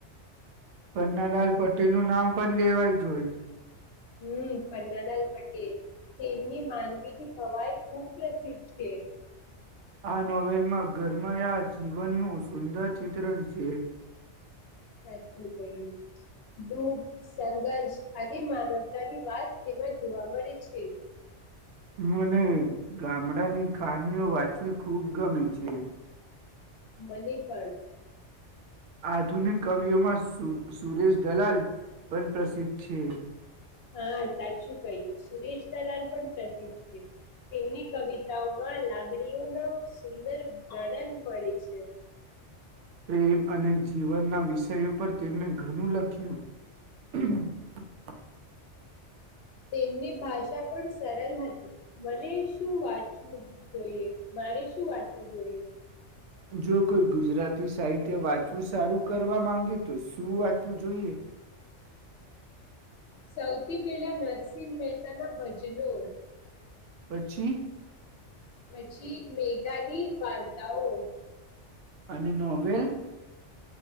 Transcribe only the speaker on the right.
પન્નાલાલ પટેલ નું નામ પણ લેવાય જોય.
આ નોવેલમાં ઘરમાયા જીવનનું સુંદર ચિત્રણ છે.
હ. <inaudible> મને ગામડાની કહાનીઓ વાંચવી ખૂબ ગમે છે.
આધુનિક કવિઓમાં સુરેશ દલાલ પણ પ્રસિદ્ધ છે.
પ્રેમ અને જીવનના વિષયો પર તેમણે ઘણું લખ્યું. હ <unintelligible>
જો કોઈ ગુજરાતી સાહિત્ય વાંચવું સારું કરવા માંગે તો શું વાંચવું જોઈએ.
પછી?
અને નોવેલ?